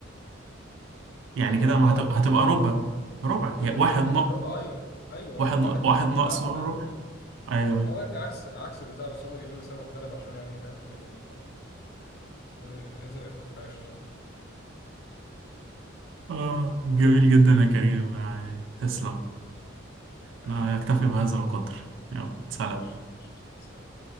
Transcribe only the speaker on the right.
يعني
كده
ما
هت-
هتبقى
ربع
ربع
هي
واحد نق
واحد
نق
واحد
ناقص ربع
ايوه أيوة.
اه جميل جدا يا كريم يعني تسلم لا
يكتفي
بهذا القدر يلا سلام